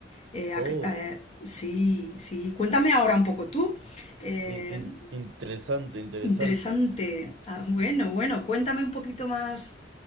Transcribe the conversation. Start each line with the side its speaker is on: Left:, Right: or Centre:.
Left: Eh,
Right: oh,
Left: eh, sí, sí. Cuéntame ahora un poco tú. Eh,
Right: in- in- interesante, interesante.
Left: interesante. Ah, bueno, bueno, cuéntame un poquito más